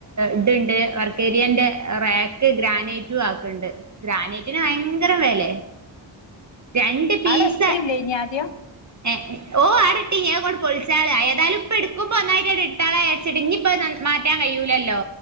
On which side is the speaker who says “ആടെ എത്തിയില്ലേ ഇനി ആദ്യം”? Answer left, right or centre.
Left